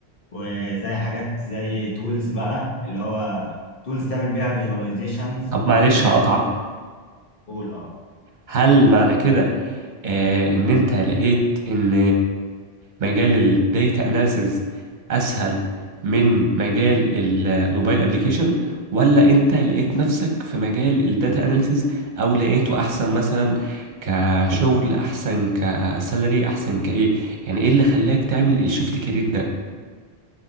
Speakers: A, on the left; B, on the right.
A: وزي حاجات زي تولز بقى اللي هو تولز تعمل بيها فيجواليزيشنز
B: طب معلش
A: اللي هي
B: هقطعك
A: بتعمل قول اه
B: هل معنى كده آه ان انت لقيت ان مجال الديتا اناليسز اسهل من مجال الموبايل ابليكيشن ولا انت لقيت نفسك في مجال الداتا اناليسز او لقيته احسن مثلا كشغل احسن كسالري احسن كايه يعني ايه اللي خلاك تعمل الشيفت كارير ده